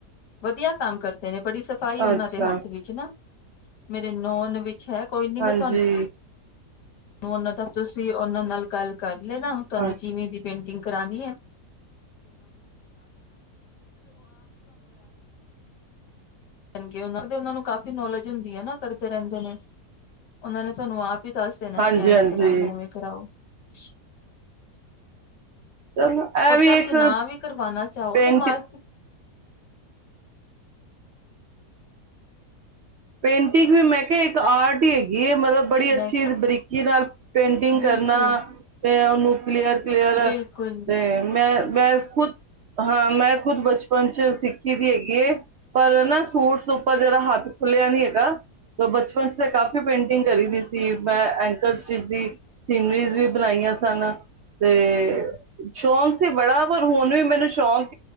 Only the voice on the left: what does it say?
ਵਧੀਆ ਕੰਮ ਕਰਦੇ ਨੇ ਬੜੀ ਸਫ਼ਾਈ ਉਹਨਾਂ
ਦੇ ਹੱਥ ਵਿੱਚ ਨਾ। ਮੇਰੇ ਨੌਨ ਵਿੱਚ ਅੱਛਾ ਕੋਈ ਨੀ ਮੈਂ
ਤੁਹਾਨੂੰ ਉਹਨਾਂ ਦਾ ਤੁਸੀਂ ਉਹਨਾਂ ਨਾਲ ਗੱਲ ਕਰ ਲੇ ਨਾ ਤੁਹਾਨੂੰ
ਜਿਵੇਂ ਦੀ ਪੇਂਟਿੰਗ ਕਰਾਉਣੀ ਹੈ। ਉਹਨਾਂ ਨੂੰ ਕਾਫੀ ਨੌਲੇਜ ਹੁੰਦੀ ਹੈ ਨਾ ਕਰਦੇ ਰਹਿੰਦੇ ਨੇ ਉਹਨਾਂ ਨੇ ਤੁਹਾਨੂੰ ਆ ਵੀ ਦੱਸ ਦੇਣਾ
ਕਿ ਐਵੇਂ
ਕਰਾਓ ਉਵੇਂ ਕਰਾਓ <unintelligible>
ਓਦਾਂ
ਤੁਸੀਂ
ਨ ਵੀ ਕਰਵਾਣਾ ਚਾਹੋ
ਤੇ ਮ <inaudible>
ਮੈਂ ਕਿਹਾ
ਬਿਲਕੁਲ
ਬਿਲਕੁਲ